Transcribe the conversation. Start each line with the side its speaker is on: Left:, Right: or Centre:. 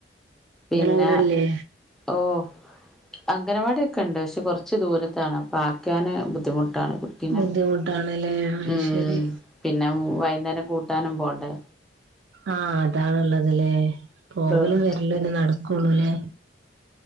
Centre: പിന്ന.
Right: നിങ്ങളവിടെല്ലേ
Centre: ഓഹ് അംഗനവാട്യൊക്കണ്ട് ശെ കൊർച്ച് ദൂരത്താണ്. പാക്കാന് ബുദ്ധിമുട്ടാണ് കുട്ടീനെ
Right: ബുദ്ധിമുട്ടാണല്ലേ അത്
Centre: ഉം
Right: ശരി
Centre: പിന്നെ വൈകുന്നേരം കൂട്ടാനും പോണ്ടേ.
Right: ആഹ് അതാണ്ള്ളത് ലേ
Centre: പോണ്ടേ
Right: പോവലും വര്ലൊന്നെ നടക്കുള്ളൂ ലേ.